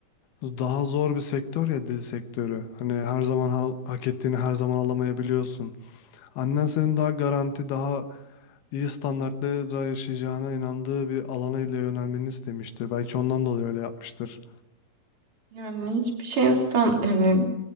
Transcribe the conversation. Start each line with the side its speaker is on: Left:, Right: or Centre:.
Left: daha zor bir sektör ya dil sektörü. Hani her zaman hal- hak ettiğini her zaman alamayabiliyorsun. Annen senin daha garanti, daha iyi standartlara yaşayacağına inandığı bir alana ile yönelmeni istemiştir. Belki ondan dolayı öyle yapmıştır.
Right: Yani hiçbir şeyin stand yani